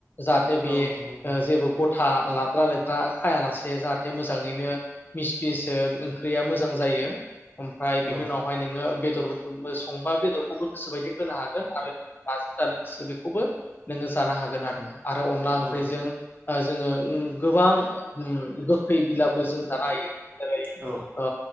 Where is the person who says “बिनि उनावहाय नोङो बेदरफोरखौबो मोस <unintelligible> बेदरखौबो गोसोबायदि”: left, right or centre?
Left